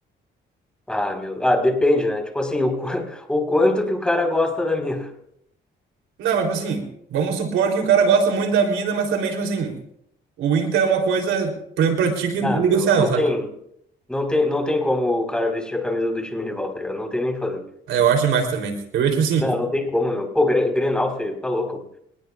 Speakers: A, in the centre; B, on the right.
A: Ah, meu. Ah, depende, né? Tipo assim, o, qu- <laughs> o quanto que o cara gosta da mina.
B: Não, mas, tipo assim, vamos supor que o cara gosta muito da mina, mas também, tipo assim, o Inter é uma coisa, por exemplo, pra ti que é negociável,
A: Ah, meu, não
B: sabe?
A: tem. Não tem, não tem como o cara vestir a camisa do time rival, tá ligado? Não tem nem o que fazer.
B: É, eu acho demais também. Eu ia, tipo assim,
A: Não, não tem como, meu. Pô, Gre- Grenal, feio, tá louco.